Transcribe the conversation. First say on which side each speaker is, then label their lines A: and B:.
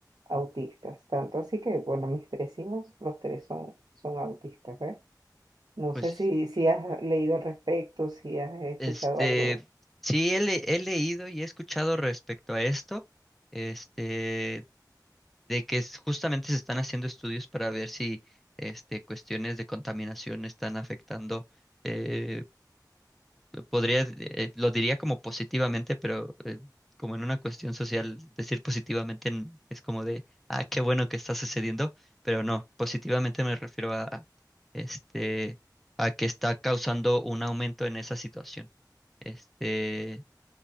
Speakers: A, on the right (about 80°); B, in the centre.
A: autistas. Tanto así que, bueno, mis tres hijos, los tres son, son autistas, ¿eh? No
B: Pues,
A: sé si, si has leído al respecto, si has escuchado
B: este,
A: algo.
B: sí, he, le- he leído y he escuchado respecto a esto. Este, de que es- justamente se están haciendo estudios para ver si este, cuestiones de contaminación están afectando, eh, podría, eh, lo diría como positivamente, pero eh, como en una cuestión social, decir positivamente en- es como de, ah, qué bueno que está sucediendo, pero no, positivamente me refiero a, a, este, a que está causando un aumento en esa situación. Este,